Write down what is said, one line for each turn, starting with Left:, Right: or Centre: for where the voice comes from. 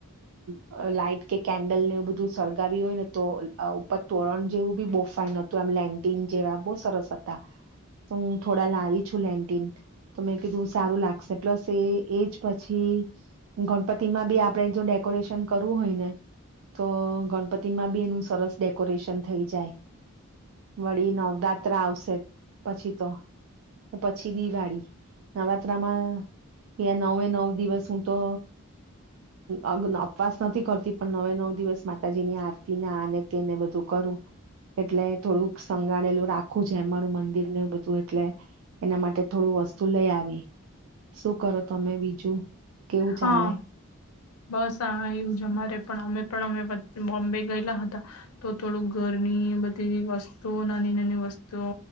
Right: અ લાાઈટ કે કેન્ડલ ને એવું બધું સળગાવી હોય ને તો ઉપર તોરણ જેવું બી બો ફાઈન હતું, આમ લેન્ટિન જેવા બો સરસ હતા, તો હું થોડા લાવી છું લેન્ટિન, તો મેં કીધું સારું લાગશે, પ્લસ એ એજ પછી ગણપતિમાં બી આપણે જો ડેકોરેશન કરવું હોય ને તો ગણપતિમાં બી એનું સરસ ડેક કોરેશન થઈ જાય વળી નવરાત આવશે પછી તો પછી દિવાળી નવરાત્રામાં ત નવે નવ દિવસ હું તો અગન ઉપવાસ નથી કરતી પણ નવે નવ દિવસ માતાજીની આરતીને આને તેને બધું કરું એટલે થોડુંક સંંગાળેલું રાખું જે અમારું મંદિરને બધું એટલે એના માટે થોડું વસ્તુ લઈ આવી શું કરો તમે બીજું. કેવું ચાલે
Left: હા બસ હા એવું. અમારે પણ અમે પણ અમે બોમ્બે ગયેલા હતા તો થોડુંક ઘરની બધી વસ્તુઓ નાની નાની વસ્તુઓ